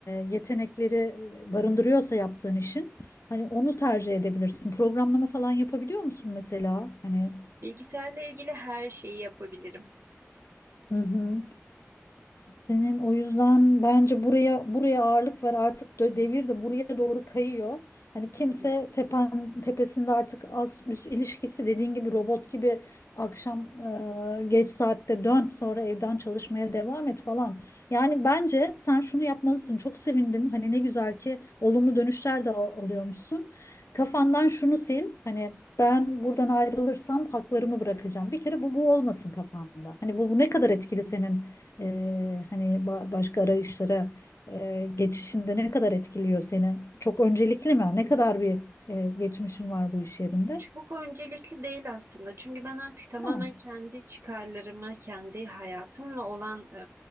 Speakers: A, on the left (about 65°); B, on the right (about 55°).
A: yetenekleri barındırıyorsa yaptığın işin hani onu tercih edebilirsin. Programlama falan yapabiliyor musun mesela? Hani
B: Bilgisayarla ilgili her şeyi yapabilirim.
A: Hı hı. Senin o yüzden bence buraya buraya ağırlık ver artık dö- devir de buraya doğru kayıyor. Hani kimse
B: Evet.
A: tepen tepesinde artık az üst ilişkisi dediğin gibi robot gibi akşam e, geç saatte dön sonra evden çalışmaya devam et falan. Yani bence sen şunu yapmalısın. Çok sevindim. Hani ne güzel ki olumlu dönüşler de al- alıyormuşsun. Kafandan şunu sil. Hani ben buradan ayrılırsam haklarımı bırakacağım. Bir kere bu bu olmasın kafanda. Hani bu, bu ne kadar etkili senin Eee, hani ba- başka arayışlara eee, geçişinde ne kadar etkiliyor seni? Çok öncelikli mi? Ne kadar bir eee, geçmişin var bu iş yerinde?
B: Çok öncelikli değil aslında. Çünkü ben artık tamamen
A: Ha.
B: kendi çıkarlarımı, kendi hayatımla olan e,